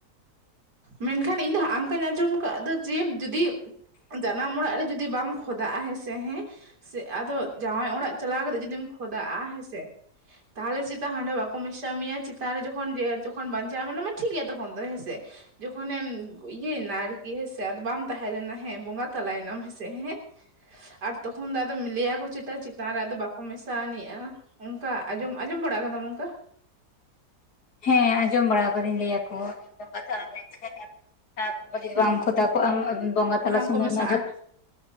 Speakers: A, on the right; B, on the left.
A: ᱢᱮᱱᱠᱷᱟᱱ ᱤᱧ ᱫᱚ ᱦᱟᱸᱜ ᱟᱝᱠᱟᱧ ᱟᱸᱡᱚᱢ ᱟᱠᱟᱫ ᱫᱚ ᱡᱮ ᱡᱩᱫᱤ ᱡᱟᱱᱟᱢ ᱚᱲᱟᱜ ᱨᱮ ᱡᱩᱫᱤ ᱵᱟᱢ ᱠᱷᱚᱫᱟᱜᱼᱟ ᱦᱮᱸ ᱥᱮ ᱦᱮᱸ ᱥᱮ ᱟᱫᱚ ᱡᱟᱶᱟᱭ ᱚᱲᱟᱜ ᱪᱟᱞᱟᱣ ᱠᱟᱛᱮ ᱡᱩᱫᱤᱢ ᱠᱷᱚᱫᱟᱜᱼᱟ ᱦᱮᱸᱥᱮ ᱛᱟᱦᱚᱞᱮ ᱪᱮᱛᱟ ᱦᱟᱸᱰᱮ ᱵᱟᱠᱚ ᱢᱮᱥᱟ ᱢᱮᱭᱟ ᱪᱮᱛᱟᱱ ᱨᱮ ᱡᱚᱠᱷᱚᱱ ᱾ ᱛᱚᱠᱷᱚᱱ ᱵᱟᱧᱪᱟᱣ ᱢᱮᱱᱟ ᱢᱟ ᱴᱷᱤᱠ ᱜᱮᱭᱟ ᱛᱚᱠᱷᱚᱱ ᱫᱚ ᱦᱮᱸᱥᱮ ᱡᱚᱠᱷᱮᱢ ᱤᱭᱟᱹᱭᱮᱱᱟ ᱟᱨᱠᱤ ᱦᱮᱸ ᱥᱮ ᱵᱟᱢ ᱾ ᱛᱟᱦᱮᱸ ᱞᱮᱱᱟ ᱦᱮᱸ ᱵᱚᱸᱜᱟ ᱛᱟᱞᱟᱭᱮᱱᱟᱢ ᱦᱮᱸᱥᱮ ᱦᱮᱸ ᱾ ᱟᱨ ᱛᱚᱠᱷᱚᱱ ᱫᱚ ᱟᱫᱚ ᱠᱚ ᱞᱟᱹᱭ ᱟ ᱠᱚ ᱪᱮᱛᱟ ᱪᱮᱛᱟᱱ ᱨᱮ ᱟᱫᱚ ᱵᱟᱠᱚ ᱢᱮᱥᱟ ᱥᱟᱦᱟᱱᱤᱡᱼᱟ ᱚᱱᱠᱟ ᱟᱸᱡᱚᱢ ᱟᱸᱡᱚᱢ ᱵᱟᱲᱟ ᱟᱠᱟᱫᱟᱢ ᱚᱱᱠᱟ ᱾
B: ᱦᱮᱸ ᱟᱸᱡᱚᱢ ᱵᱟᱲᱟ ᱠᱟᱫᱟᱹᱧ ᱞᱟᱹᱭ ᱟᱠᱚ ᱵᱚᱸᱜᱟ ᱛᱟᱞᱟ ᱞᱮᱱ ᱠᱷᱟᱱ ᱾ ᱦᱚᱸ ᱡᱩᱫᱤ
A: ᱦᱩᱸ
B: ᱵᱟᱢ ᱠᱷᱚᱫᱟ ᱠᱚᱜ ᱟᱢ ᱵᱚᱸᱜᱟ ᱛᱟᱞᱟ
A: ᱵᱟᱝᱠᱚ
B: ᱥᱚᱢᱚᱭ
A: ᱢᱮᱥᱟᱜᱼᱟ
B: ᱢᱟ ᱡᱚᱛ